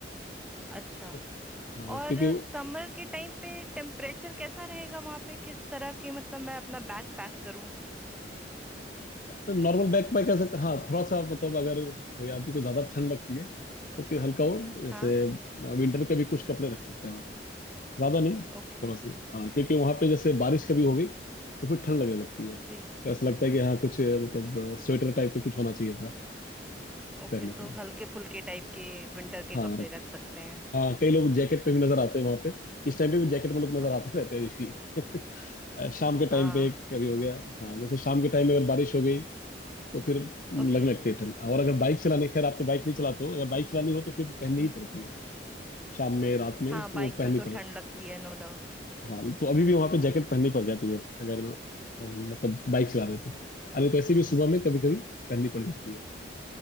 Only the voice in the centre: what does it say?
अच्छा
और
समर के टाइम पे टेम्परेचर कैसा रहेगा वहां पे किस तरह के मतलब मैं अपना बैग पैक करूं
हाँ
ओके
जी
ओके
तो
हल्के फुल्के टाइप के विंटर के
कपड़े
रख सकते हैं
ओके
ओके
हाँ
ओके
हम्म,
हाँ बाइक
में तो ठंड
लगती है नो डाउट